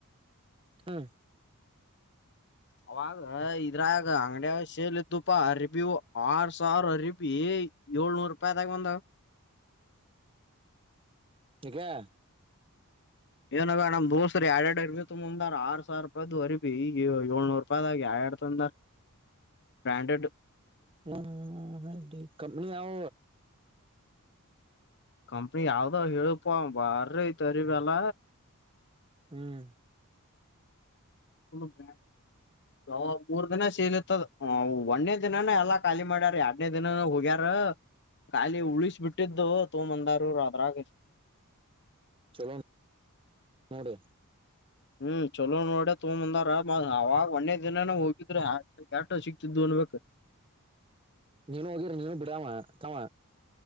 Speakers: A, on the right (about 25°); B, on the left (about 50°).
A: ಹಾ
B: ಅವಾಗ ಇದ್ರಾಗ ಅಂಗಡಿಯ ಶೇಲ್ ಇದ್ದುಪಾ ಅ ರಿಬಿ ಆರ್ ಸಾವಿರ ಅರಿಬಿ ಏಳ್ನೂರು ರೂಪಾಯಿದಾಗ ಬಂದಾವ
A: ಈಗಾ
B: ಏನಾಗ ನಮ್ ದೋಸ್ರ ಎರ ಎಡರ್ ತುಂಬಂದ ಆರ್ ಸಾವಿರ ರೂಪಾಯ್ದ್ ಅರಿ ಭೀ ಏಳ್ನೂರು ರೂಪಾಯ್ <unintelligible> ಬ್ರಾಂಡಡ್
A: ಹ್ಮ ಹೆ ಕಮ್ಮಿ ಆವ
B: ಕಂಪ್ನಿ ಯಾವ್ದ ಹೇಳಪ ಬಾರಿ ತರಿಬಲ್ಲ
A: ಹ್ಮ್
B: <unintelligible> ಮೂರ್ ದಿನ ಸೀಲತ್ತದ ಅ ಒನ್ನೇ ದಿನಾನ ಎಲ್ಲ ಖಾಲಿ ಮಾಡ್ಯಾರ ಎಡ್ನೇ ದಿನಾನ ಹೋಗ್ಯಾರ. ಕಖಾಲಿ ಉಳಿಸ ಬಿಟ್ಟಿದ್ದು ತೋ ಮಂದಾರ ರದ್ರಾಗ
A: ಚಲೋ ನೋಡಿ
B: ಹ್ಮ್ ಚಲೋ ನೋಡ ತೋಂದಾರ ಅವಾಗ ಒಂದೇ ದಿನನ ಹೋಗಿದ್ರ ಸಿಕ್ತಿದ್ದು ಸಿಗುತ್ತ.
A: ನೀನು ಹೋಗಿರ ನೀನು ಬಿಡಾವ ತಾವ